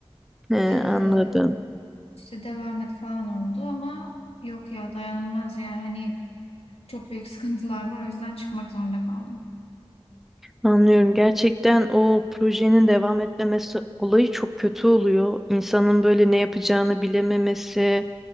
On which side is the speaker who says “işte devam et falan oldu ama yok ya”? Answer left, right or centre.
Left